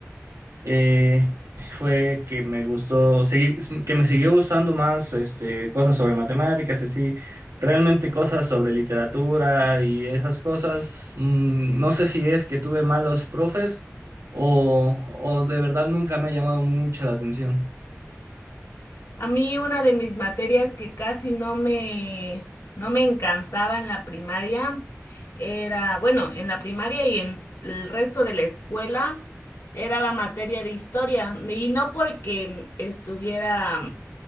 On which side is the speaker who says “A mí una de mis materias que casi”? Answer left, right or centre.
Left